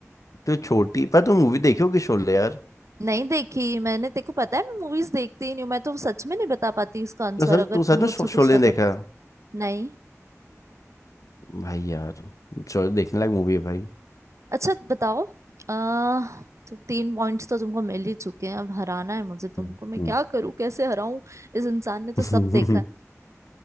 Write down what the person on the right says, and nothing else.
नहीं देखी मैंने तेको पता है मैं मूवीज देखती ही नहीं हूँ मैं तो सच में नहीं बता पाती इसका आंसर
अगर
तुम मुझसे
पूछता तो
नहीं
अच्छा बताओ आ, तो तीन पॉइंट्स तो तुमको मिल ही चुके हैं अब हराना है मुझे तुमको
मैं क्या करूं कैसे हराऊं इस इंसान ने तो सब
देखा है